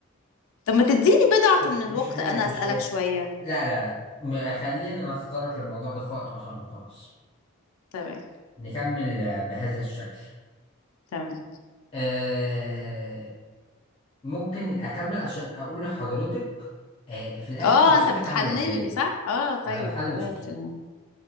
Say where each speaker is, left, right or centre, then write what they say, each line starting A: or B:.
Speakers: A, on the left; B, on the left.
A: طب ما تديني بضعة
B: مش
A: من الوقت
B: مش عارف
A: أنا
B: مش
A: أسألك
B: حاسس
A: شوية
B: لا لا لا م- خلينا نتطرق للموضوع ده في وقت آخر وخلاص
A: تمام
B: نكمل آه، بهذا الشكل
A: تمام
B: آه ممكن أكمل عشان أقول لحضرتك آه في الآخر
A: اه
B: شخصيتك
A: انت بتحلل
B: عاملة إزاي
A: لي صح اه طيب
B: أنا بحلل
A: تمام
B: شخصيتك
A: تمام